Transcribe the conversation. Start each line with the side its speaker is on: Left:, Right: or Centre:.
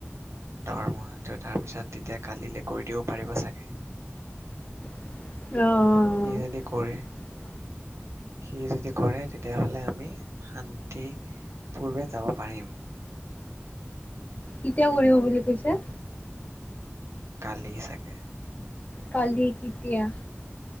Right: দৰমহাটো তাৰপিছত তেতিয়া কালিলৈ কৰি দিব পাৰিব চাগে।
Left: অহ অহ
Right: সি যদি
Left: অহ
Right: কৰে সি যদি কৰে তেতিয়াহ'লে আমি শান্তি পূৰ্বে যাব পাৰিম।
Left: কেতিয়া কৰিব বুলি কৈছে?
Right: কালি চাগে।
Left: কালি কিতিয়া?